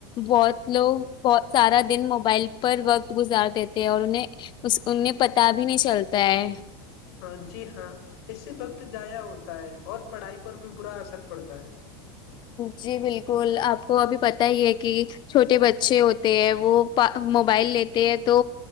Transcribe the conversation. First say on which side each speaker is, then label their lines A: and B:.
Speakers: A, on the left (about 35°); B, on the left (about 65°).
A: بہت لوگ بہت سارا دن موبائل پر وقت گزار دیتے ہیں اور انہیں انہیں پتا بھی نہیں چلتا ہے
B: ہاں جی ہاں اس سے وقت جضایا ہوتا ہے اور پڑھائی پر بھی برا اثر پڑتا ہے
A: جی بالکل آپ کو ابھی پت ہی ہے کہ چھوٹے بچے ہوتے ہیں وہ موبائل لیتے ہیں تو